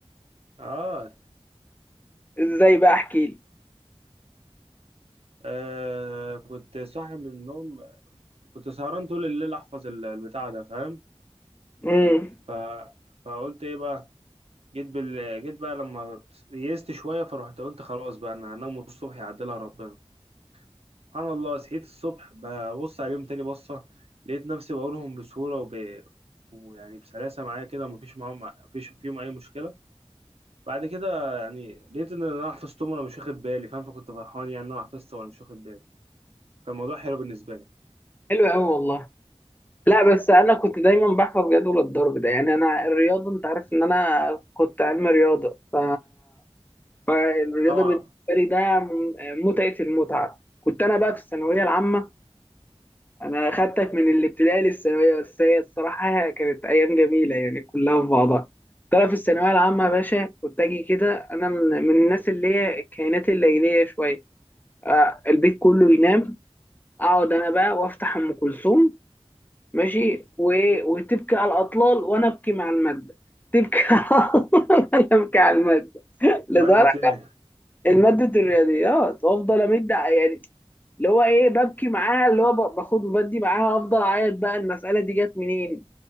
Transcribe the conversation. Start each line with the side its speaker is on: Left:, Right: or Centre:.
Right: اه
Left: ازاي بقى احكي لي
Right: آه، كنت صاحي من النوم كنت سهران طول الليل احفظ ال- البتاع ده فاهم
Left: امم
Right: ف... فقلت ايه بقى جيت بال... جيت بقى لما يئست شويه فرحت قلت خلاص بقى انا هنام الصبح يعدلها ربنا سبحان الله صحيت الصبح ببص عليهم تاني بصه لقيت نفسي بقولهم بسهوله وب... ويعني بسلاسه معايا كده مفيش معاهم مفيش فيهم اي مشكله بعد كده يعني لقيت ان انا حفظتهم وانا مش واخد بالي فاهم فكنت فرحان يعني ان انا حفظت وانا مش واخد بالي كان الموضوع حلو بالنسبه لي
Left: حلو قوي والله لا بس انا كنت دايما بحفظ جدول الضرب ده يعني انا الرياضه انت عارف ان انا كنت علم رياضه ف... فالرياضه
Right: طبعا
Left: بالنسبه لي ده من- متعه المتعه كنت انا بقى في الثانويه العامه انا خدتك من الابتدائي للثانويه بس هي الصراحه كانت ايام جميله يعني كلها في بعضها ترى في الثانويه العامه يا باشا كنت اجي كده انا من من الناس اللي هي الكائنات الليليه شويه آه، البيت كله ينام اقعد انا بقى وافتح ام كلثوم ماشي و... وتبكي على الاطلال وانا ابكي مع الماده تبكي <laughs> على الاطلال وانا ابكي على الماده لدرجه
Right: ماده ايه
Left: الماده الرياضيات وافضل امد يعني اللي هو ايه ببكي معاها اللي هو ب- باخد وبدي معاها افضل اعيط بقى المساله دي جت منين